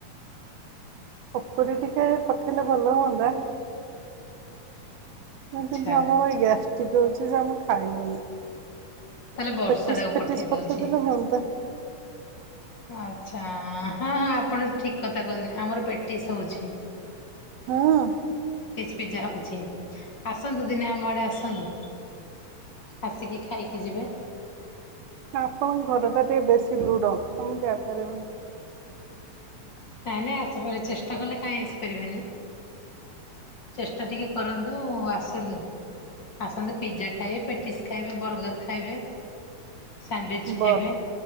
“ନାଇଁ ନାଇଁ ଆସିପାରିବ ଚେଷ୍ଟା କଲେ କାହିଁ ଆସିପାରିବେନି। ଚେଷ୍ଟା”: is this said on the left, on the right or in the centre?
Left